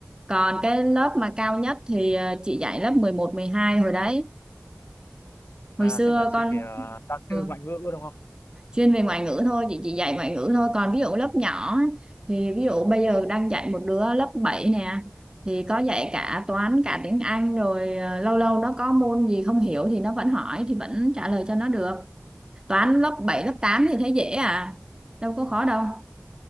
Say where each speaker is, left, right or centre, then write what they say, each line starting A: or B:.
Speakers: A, on the right; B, on the left.
A: còn cái lớp mà cao nhất thì ờ, chị dạy lớp mười một mười hai hồi đấy
B: À,
A: hồi xưa
B: tức là chị
A: con
B: ờ, gia
A: ừ,
B: sư ngoại ngữ đúng không?
A: chuyên về ngoại ngữ thôi chị chỉ dạy ngoại ngữ thôi còn ví dụ lớp nhỏ á, thì ví dụ bây giờ đang dạy một đứa lớp 7 nè thì có dạy cả toán cả tiếng Anh rồi ờ, lâu lâu nó có môn gì không hiểu thì nó vẫn hỏi thì vẫn trả lời cho nó được toán lớp 7 lớp 8 thì thấy dễ à đâu có khó đâu